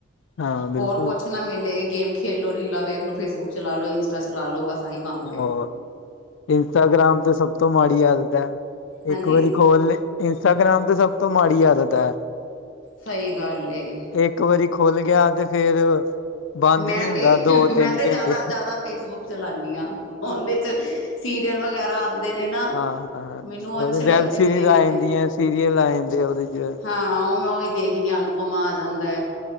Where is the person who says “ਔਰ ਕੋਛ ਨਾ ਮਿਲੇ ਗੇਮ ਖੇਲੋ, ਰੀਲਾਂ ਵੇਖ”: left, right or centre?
Left